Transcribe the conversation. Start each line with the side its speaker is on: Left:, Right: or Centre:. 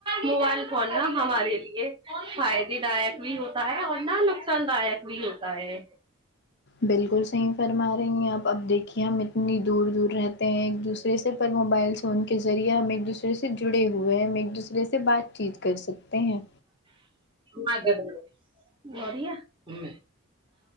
Right: موبائل فون نا ہمارے لیے فائدے دایک بھی ہوتا ہے اور نہ نقصان دایک بھی ہوتا ہے
Left: بالکل صحیح فرما رہی ہیں آپ اب دیکھیے ہم اتنی دور دور رہتے ہیں ایک دوسرے سے پر موبائل فون کے ذریعے ہم ایک دوسرے سے جڑے ہوئے ہیں ہم ایک دوسرے سے بات چیت کر سکتے ہیں
Right: مد ب <inaudible> گڑیا ہمم